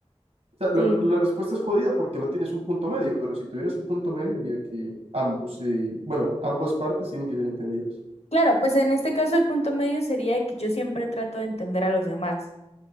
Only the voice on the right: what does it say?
O sea, la,
la respuesta es jodida porque no tienes un punto medio, pero si tuvieras el punto medio, diría que ambos, eh, bueno, ambas partes tienen que ser entendidas.